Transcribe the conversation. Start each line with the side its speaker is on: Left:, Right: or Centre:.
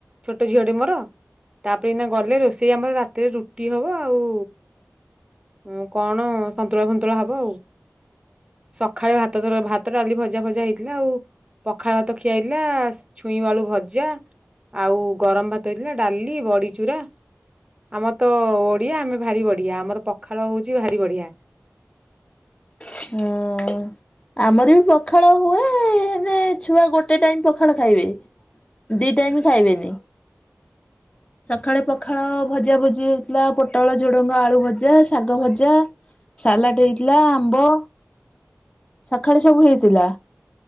Right: ଛୋଟ ଝିଅଟିେ ମୋର। ତାପରେ ଏଇନା ଗଲେ ରୋଷେଇ ଆମର ରାତିରେ ରୁଟି ହବ ଆଉ। ଆଉ କଣ ସନ୍ତୁଳା ଫନ୍ତୁଳା ହବ ଆଉ। ସଖାଳେ ଭାତ ଧର ଭାତଟଡାଲି ଭଜା ଭଜା ହେଇଚି। ଥିଲା ଆଉ ପଖାଳ ଭାତ ଖିଆଏଇଥିଲା ଛୁଇଁବାଳୁ ଭଜା। ଆଉ ଗରମ ଭାତ ହେଇଥିଲା ଡାଲି ବଡିଚୁରା ଆମର ତ ଓଡିଆ ଆମେ ଭାରି ବଢିଆ ଆମର ପଖାଳ ହଉଛି ଭାରି ବଢିଆ।
Left: ହଁ। ଆମର ବି ପଖାଳ ହୁଏ ହେ ଛୁଆ ଗୋଟେ ଟାଇମ ପଖାଳ ଖାଇବେ। ଦି ଟାଇମ୍ ଖାଇବେନି। ସଖାଳେ ପଖାଳ ଭଜା ଭଜି ହେଇଥିଲା ପୋଟଳ ଝୁଡ଼ଙ୍ଗ ଆଳୁ ଭଜା ଶାଗ ଭଜା। ସାଲାଡ ହେଇଥିଲା ଆମ୍ବ। ସକାଳେ ସବୁ ହେଇଥିଲେ।